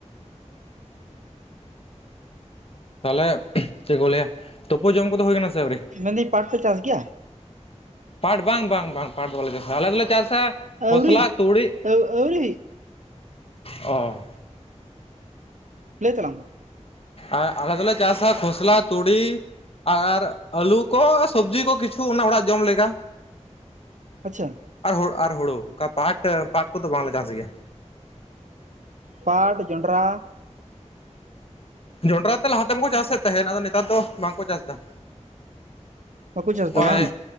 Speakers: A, on the left; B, on the right.
A: ᱛᱟᱦᱚᱞᱮ ᱪᱮᱫ ᱠᱚ ᱞᱟᱹᱭᱟ, ᱛᱳᱯᱳ ᱡᱚᱢ ᱠᱚᱫᱚ ᱦᱩᱭᱠᱟᱱᱟ ᱥᱮ ᱟᱹᱣᱨᱤ?
B: ᱢᱮᱱᱫᱟᱹᱧ ᱯᱟᱴ ᱯᱮ ᱪᱟᱥ ᱜᱮᱭᱟ?
A: ᱯᱟᱴ, ᱵᱟᱝ ᱵᱟᱝ ᱵᱟᱝ ᱯᱟᱴ ᱫᱚ ᱵᱟᱞᱮ ᱪᱟᱥᱟ, ᱟᱞᱮ ᱫᱚᱞᱮ ᱪᱟᱥᱟ ᱠᱷᱚᱥᱞᱟ,
B: ᱟᱹᱣᱨᱤ
A: ᱛᱩᱲᱤ
B: ᱟᱹᱣᱨᱤ
A: ᱚᱻ
B: ᱞᱟᱹᱭ ᱛᱟᱞᱟᱝ ᱢᱮ,
A: ᱟ ᱟᱞᱮ ᱫᱚᱞᱮ ᱪᱟᱥᱟ ᱠᱷᱚᱥᱞᱟ, ᱛᱩᱲᱤ ᱟᱨ ᱟᱹᱞᱩ ᱠᱚ, ᱥᱚᱵᱡᱤ ᱠᱚ ᱠᱤᱪᱷᱩ, ᱚᱱᱟ ᱚᱲᱟᱜ ᱡᱚᱢ ᱞᱮᱠᱟ᱾
B: ᱟᱪᱪᱷᱟ,
A: ᱟᱨ ᱦᱳᱲᱳ ᱟᱨ ᱦᱳᱲᱳ, ᱚᱱᱠᱟ ᱯᱟᱴ ᱟ ᱯᱟᱴ ᱠᱚᱫᱚ ᱵᱟᱝᱞᱮ ᱪᱟᱥ ᱜᱮᱭᱟ᱾
B: ᱯᱟᱴ, ᱡᱚᱱᱰᱨᱟ
A: ᱡᱚᱱᱰᱨᱟ ᱛᱮ ᱞᱟᱦᱟ ᱛᱮᱢᱠᱚ ᱪᱟᱥᱮᱫ ᱛᱟᱦᱮᱸᱫ, ᱟᱫᱚ ᱱᱮᱛᱟᱨ ᱫᱚ ᱵᱟᱝᱠᱚ ᱪᱟᱥ ᱮᱫᱟ᱾
B: ᱵᱟᱠᱚ ᱪᱟᱥ
A: ᱦᱚᱭ
B: ᱮᱫᱟ ᱵᱟᱝ